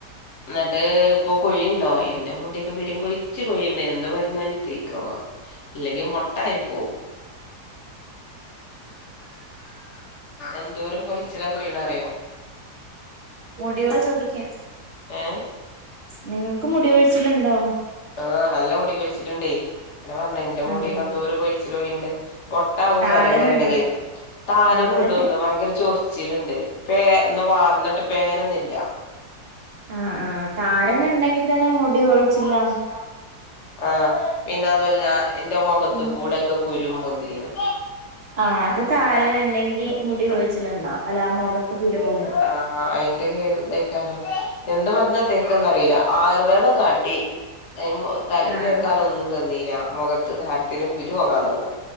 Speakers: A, on the left; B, on the right.
A: എന്നിട്ട് ഇപ്പൊ കൊഴിയുണ്ടോ എൻന്റെ മുൂടിയൊക്കെ പെരും കൊഴിച്ചു കൊഴിയുന്നുണ്ട് എന്ത മരുന്ന്ഇഞ് തെ ക്ക ഇല്ലെങ്കി മുട്ടായി പോവും എന്തൂരം കൊഴിച്ചില്ല കൊഴീണ അറിയോ
B: മുടളാ ചോദിക്ക
A: ങേ
B: നിങ്ങ നിക്ക് മുടി ഒഴിച്ചിലുണ്ടോ
A: ആ നല്ല മുടി കഴിച്ചിലുണ്ടേ അങ്ങനെ പറഞ്ഞു ഇന്റെ മൂടിയൊക്കന്തൂര്
B: അതോ
A: കൊഴിച്ചിൽ പോയിണ്ട് മൊട്ട ആകും
B: താരനുണ്ടോ
A: പറയും ഇങ്ങനെണക്ക് താരൻുണ്ട്
B: അതെ
A: ഒന്ന് ഭയങ്കര ചൊറച്ചിലിണ്ട് പേ ഒന്ന് വാർന്നിട്ട് പേനൊന്ന ഇല്ല
B: ആ ആ താരൻ ഇണ്ടെങ്കിൽ തന്നെ
A: ഉണ്ടെങ്കിൽ
B: മുടി
A: തന്നെ
B: കൊഴിച്ചിലാ
A: മുടികൊഴിച്ചിലാണ് ആ പിന്നെതല്ല എന്റെ മുഖത്ത്
B: ഉം
A: കൂടെക്കെ കുരു രുംപൊന്തിങ്ങനെ
B: ആഹ്
A: ആ
B: അത് താരനുണ്ടെങ്കി
A: തരാൻ ഇണ്ടെങ്കിൽ
B: മുടി കൊഴിച്ചിലുണ്ടാവും അല്ല മുഖത്ത്
A: മുഖത്തു
B: കുരു
A: <unintelligible>
B: പൊങ്ങും
A: അയിന്റെ കാരോ എന്ത്‌ മരുന്നാ തേക്കാന്നറിയില്ല ആ യുർ വേദം കാട്ടി അയ്മെ തലി
B: ആഹ്
A: തേക്കാൻ ഒന്നും ത നീല മുഖത്ത് ധാരത്തിന് കുരു പോകാൻ തന്നു